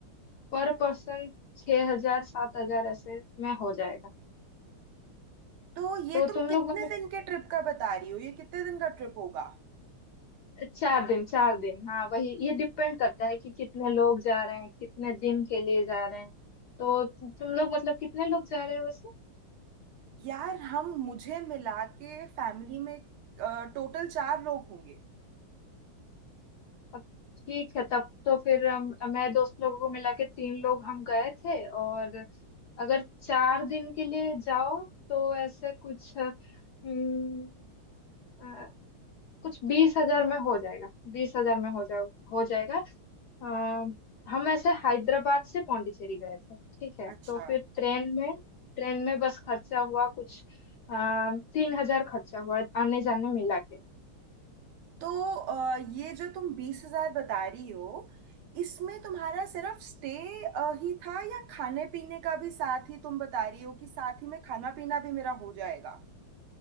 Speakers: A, on the left; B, on the right.
A: पर पर्सन छह हजार सात हजार ऐसे में हो जाएगा
B: तो ये
A: तो
B: तुम
A: तुम
B: कितने
A: लोग मतलब
B: दिन के ट्रिप का बता रही हो ये कितने दिन का ट्रिप होगा
A: चार दिन चार दिन हाँ वही ये डिपेंड करता है कि कितने लोग जा रहे हैं कितने दिन के लिए जा रहे हैं तो तु- तुम लोग मतलब कितने लोग जा रहे हो वैसे
B: यार हम मुझे मिला के फैमिली में टोटल चार लोग होंगे
A: अब ठीक है तब तो फिर हम मैं दोस्त लोगों को मिला के तीन लोग हम गए थे और अगर चार दिन के लिए जाओ तो ऐसे कुछ हम्म, अ, कुछ बीस हजार में हो जाएगा बीस हजार में हो जा हो जाएगा अ, हम ऐसे हैदराबाद से पौंडीचेरी गए थे ठीक है
B: अच्छा
A: तो फिर ट्रेन में ट्रेन में बस खर्चा हुआ कुछ आ, तीन हजार खर्चा हुआ आने जाने मिला के
B: तो अ, ये जो तुम बीस हजार बता रही हो इसमें तुम्हारा सिर्फ स्टे ही था या खाने पीने का भी साथ ही तुम बता रही हो कि साथ ही में खाना पीना भी मेरा हो जाएगा